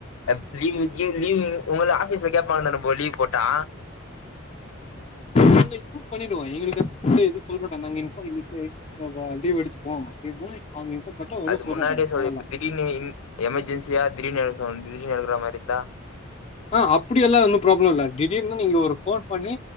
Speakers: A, on the left; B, on the left.
A: <unintelligible> லீவ் லீவு உங்க ஆபீஸ்ல கேப்பாங்க தான புரோ லீவு போட்டா
B: நாங்க இன்பார்ம் பண்ணிடுவோ எங்களுக்கு எதுவு சொல்ல மாட்டோ நாங்க இன்ஃபா இன்னைக்கு இல்லபா லீவ் எடுத்துப்போ அப்டின்னா அவங்க இன்ஃபார்ம் பண்ணிட்டா ஒன்னும்
A: அது
B: சொல்ல
A: முன்னாடியே
B: மாட்டாங்க. அவ்வளதான்.
A: சொல் இப்ப திடீனு ம் எமர்ஜென்சியா திடீர்னு திடீர் எடக் சொல் திடீர்னு எடுக்க மாரி இருந்தா
B: ஆ அப்படி எல்லா ஒன்னு ப்ராப்ளம் இல்ல திடீர்னு நீங்க ஒரு போன் பண்ணி